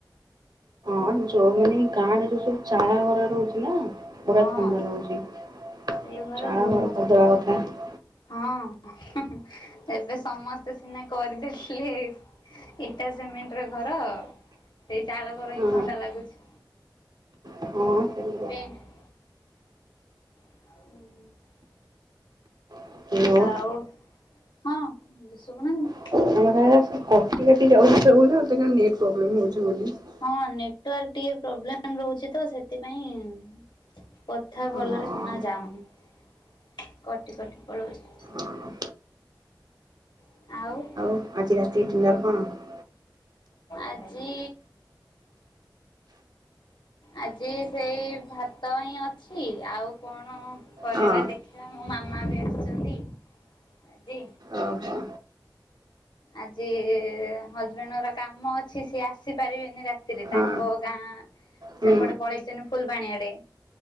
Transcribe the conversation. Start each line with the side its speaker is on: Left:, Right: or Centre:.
Right: <inaudible>
Left: ହଁ
Right: <inaudible>
Left: ସେଇ ଘର ବହୁତ <inaudible> <inaudible>
Right: ହଁ <inaudible>
Left: <inaudible> <inaudible>
Right: ହ୍ୟାଲୋ
Left: <inaudible>
Right: <inaudible> <inaudible>
Left: <inaudible> <inaudible>
Right: ହଁ ହଁ
Left: <inaudible>
Right: <inaudible>
Left: ଆଜି ଆଜି ସେଇ ଭାତ ହିଁ ଅଛି, ଆଉ କଣ କରିବା
Right: ହଁ
Left: ଦେଖିଆ ମୋ ମାମା ବି ଆସିଚନ୍ତି ଆଜି।
Right: ଓହୋ,
Left: ଆଜି ହଜବେଣ୍ଡ ଙ୍କର କାମ ଅଛି ସିଏ ଆସିପାରିବେନି ରାତିରେ,
Right: ହଁ
Left: ତାଙ୍କ ଗାଁ
Right: ହୁଁ
Left: ସେପଟେ ପଳେଇଚନ୍ତି ଫୁଲବାଣୀ ଆଡ଼େ।